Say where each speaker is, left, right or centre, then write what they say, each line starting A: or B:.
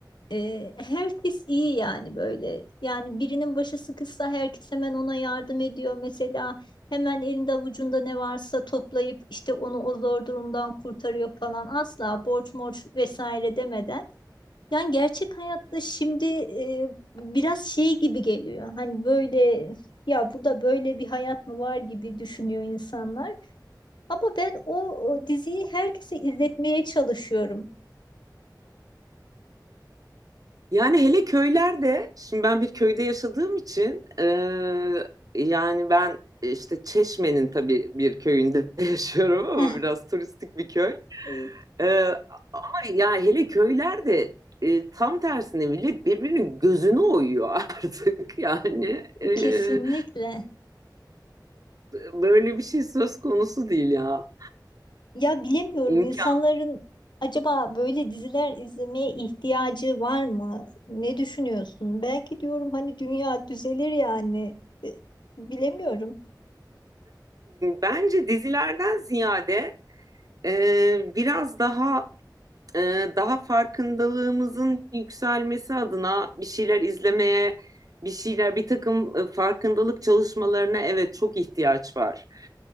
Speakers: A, on the left; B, on the right.
A: Ee, herkes iyi yani böyle. Yani birinin başı sıkışsa herkes hemen ona yardım ediyor. Mesela hemen elinde avucunda ne varsa toplayıp işte onu o zor durumdan kurtarıyor falan. Asla borç morç vesaire demeden. Yani gerçek hayatta şimdi e, biraz şey gibi geliyor. Hani böyle ya bu da böyle bir hayat mı var gibi düşünüyor insanlar. Ama ben o, o diziyi herkese izletmeye çalışıyorum.
B: Yani hele köylerde, şimdi ben bir köyde yaşadığım için eee, yani ben e, işte Çeşme'nin tabii bir köyünde <laughs> yaşıyorum ama
A: <laughs>
B: biraz turistik bir köy.
A: Eh,
B: Eee, ama ya hele köylerde eee, tam tersine millet birbirinin gözünü oyuyor <laughs> artık yani
A: e,
B: eee,
A: kesinlikle.
B: böyle bir şey söz konusu değil ya.
A: Ya bilemiyorum
B: İmkan.
A: insanların acaba böyle diziler izlemeye ihtiyacı var mı? Ne düşünüyorsun? Belki diyorum hani dünya düzelir yani. E, Bilemiyorum.
B: Bence dizilerden ziyade eee, biraz daha e, daha farkındalığımızın yükselmesi adına bir şeyler izlemeye, bir şeyler, bir takım e, farkındalık çalışmalarına evet çok ihtiyaç var.